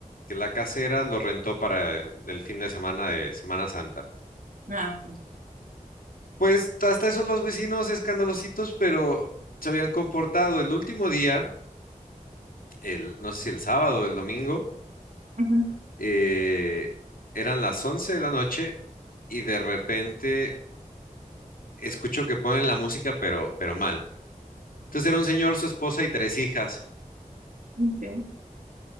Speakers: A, on the left; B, on the right.
A: que la casera lo rentó para el fin de semana de Semana Santa.
B: ah, ok.
A: Pues hasta eso los vecinos escandalositos, pero se habían comportado. El último día, el, no sé si el sábado o el domingo,
B: Ujú,
A: eh, eran las 11 de la noche y de repente escucho que ponen la música, pero, pero mal. Entonces era un señor, su esposa y tres hijas.
B: ok,